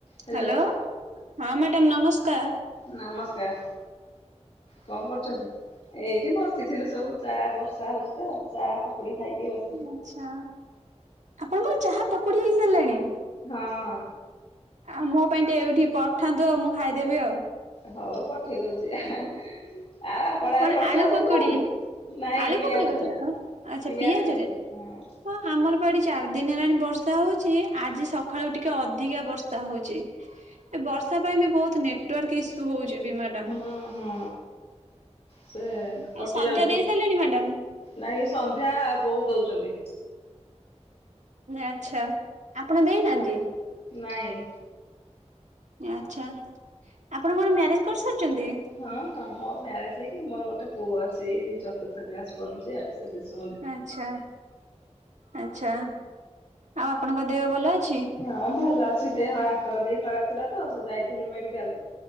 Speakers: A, on the left; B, on the right.
A: Hello
B: hello ହଁ madam ନମସ୍କାର।
A: ନମସ୍କାର କଣ କରୁଚନ୍ତି? ଏଇଠି ବସିଥିଲୁ ସବୁ ଚା ବର୍ଷା ହଉଛି ତ ଚା ପକୁଡି ଖାଇକି ବସ୍
B: ଆଛା ଆପଣଙ୍କର ଚାହା ପକୁଡି ହେଇସାରିଲାଣି?
A: ହଁ।
B: ଆଉ ମୋ ପାଇଁ ଟିକେ ଏଇଠି ପଠାନ୍ତୁ ଆଉ ମୁଁ ଖାଇଦେବି ଆଉ।
A: ହଉ ପଠେଇ ଦଉଛି ଆଉ ଆପଣ ଆଡେ
B: କଣ
A: ବର୍ଷା
B: ଆଳୁ
A: ହଉଛି
B: ପକୁଡି
A: ନା ହଉନି? ନାଇଁ
B: ଆଳୁ
A: ପିଆଜ
B: ପକୁଡି କରିଥିଲା ଆଉ ଆଚ୍ଛା
A: ପିଆଜ
B: ପିଆଜରେ
A: ପକେଇ ହଁ।
B: ଆମର ପା ଏଠି ଚାରିଦିନ ହେଲାଣି ବର୍ଷା ହଉଛି ଆଜି ସକାଳୁ ଟିକେ ଅଧିକା ବର୍ଷା ହୋଉଛି। ଏ ବର୍ଷା ପାଇଁ ବି ବହୁତ ନେଟୱାର୍କ ଇଶୁ ହୋଉଚି ବିମାର।
A: ହଁ ହଁ ସେ କଟିଯାଉଛି।
B: ଆଉ ସନ୍ଧ୍ୟା ଦେଇ ସାରିଲେଣି ମ୍ୟାଡାମ?
A: ନାଇଁ ସନ୍ଧ୍ୟା ବୋଉ ଦୋଉଚନ୍ତି।
B: ଆଚ୍ଛା ଆପଣ ଦେଇନାହାନ୍ତି?
A: ନାଇଁ।
B: ଆଚ୍ଛା ଆପଣ କଣ ମ୍ୟାରେଜ କରିସାରିଚନ୍ତି?
A: ହଁ ହଁ ମୋ ମ୍ୟାରେଜ ହେଇକି ମୋର ଗୋଟେ ପୁଅ ଅଛି ଚତୁର୍ଥ କ୍ଲାସ ପଢୁଛି ଆଉ। ସେ ସେ ସ
B: ଆଚ୍ଛା ଆଚ୍ଛା ଆଉ ଆପଣଙ୍କ ଦେହ ଭଲଅଛି?
A: ହଁ ଭଲଅଛି ଦେହ ଆଙ୍କର ଟିକେ ଖରାପ ଥିଲା ତ ସେ ଯାଇଥିଲୁ ମେଡିକାଲ